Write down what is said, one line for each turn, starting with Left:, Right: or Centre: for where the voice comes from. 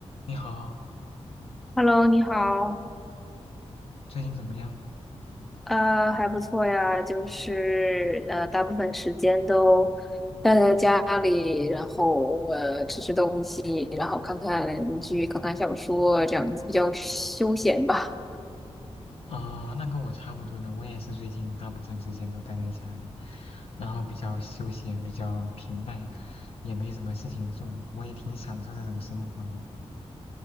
Left: 你好，
Centre: Hello，你好，
Left: 最近怎么样？
Centre: 呃，还不错呀，就是呃，大部分时间都待在家里，然后呃，吃吃东西，然后看看剧，看看小说，这样子比较休闲吧。
Left: 啊、那跟我差不多呢，我也是最近大部分时间都待在家里，然后比较休闲，比较平淡，也没什么事情做，我也挺享受这种生活的。